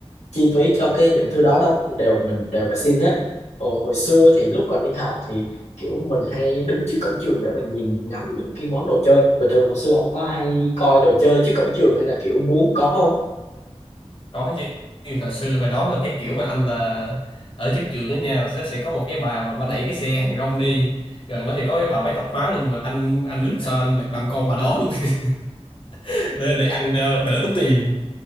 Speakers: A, on the left (about 85°); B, on the left (about 50°).
A: chi phí cho cái những thứ đó đâu thì đều mình đều phải xin hết Ồ, hồi xưa thì lúc còn đi học thì kiểu mình hay đứng trước cổng trường để mình nhìn ngắm những cái món đồ chơi bình thường hồi xưa anh có hay coi đồ chơi trước cổng trường hay là kiểu muốn có không
B: có chứ hồi xưa hồi đó là cái kiểu mà anh là ở trước trường đó nha sẽ sẽ có một cái bà mà bà đẩy cái xe hàng rong đi gần đó thì có cái bà bán tạp hóa luôn mà anh anh ước sao anh là làm con bà đó luôn <laughs> để để ăn đỡ, đỡ tốn tiền